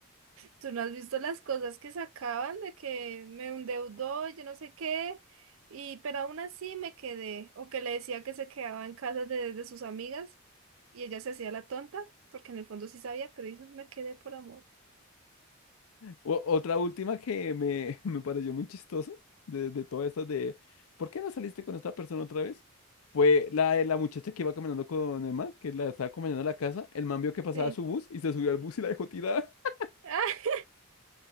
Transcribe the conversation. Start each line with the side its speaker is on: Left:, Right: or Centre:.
Right: Tú no has visto las cosas que sacaban de que me endeudó, yo no sé qué, y pero aún así me quedé, o que le decía que se quedaba en casa de, de sus amigas y ella se hacía la tonta, porque en el fondo sí sabía, pero dijo, me quedé por amor.
Left: O- otra última que me, <laughs> me pareció muy chistosa de, de todas estas de ¿por qué no saliste con esta persona otra vez? Fue la de la muchacha que iba caminando con el man, que la estaba acompañando a la casa. El man vio que pasaba
Right: Sí.
Left: su bus y se subió al bus y la dejó tirada. <laughs>
Right: <laughs> Ah,